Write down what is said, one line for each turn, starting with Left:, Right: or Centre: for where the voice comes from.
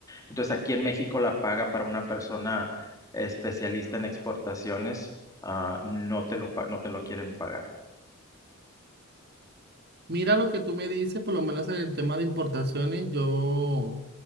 Left: Entonces aquí en México la paga para una persona especialista en exportaciones, ah, no te lo, pa- no te lo quieren pagar.
Right: Mira lo que tú me dices, por lo menos en el tema de importaciones, yo